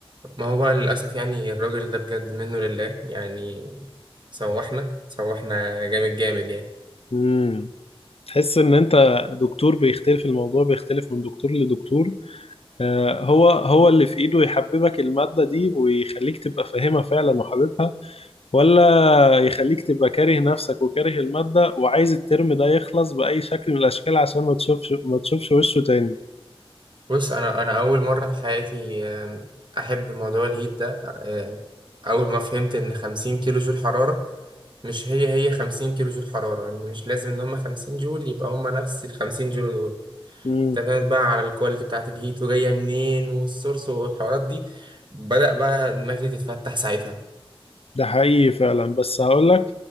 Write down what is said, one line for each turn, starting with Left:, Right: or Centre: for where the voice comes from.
Right: ما هو بقى للاسف يعني الراجل ده بجد منه لله يعني سوحنا سوحنا جامد جامد يعني
Left: امم تحس ان انت دكتور بيختلف الموضوع بيختلف من دكتور لدكتور آه، هو هو اللي في ايده يحببك المادة دي ويخليك تبقى فاهمها فعلا وحاببها ولا يخليك تبقى كاره نفسك وكاره المادة وعايز الترم ده يخلص بأي شكل من الأشكال عشان ما تشوفش ما تشوفش وشه تاني
Right: بص انا انا اول مره في حياتي آم، احب موضوع الهيت ده آه، اول ما فهمت ان 50 كيلو جول حراره مش هي هي 50 كيلو جول حراره يعني مش لازم ان هم 50 جول يبقى هم نفس ال 50 جول دول
Left: امم
Right: اعتمد بقى على الكواليتي بتاعه الهيت وجايه منين والسورس والحوارات دي بدأ بقى دماغي تتفتح ساعتها
Left: ده حقيقي فعلا بس هقولك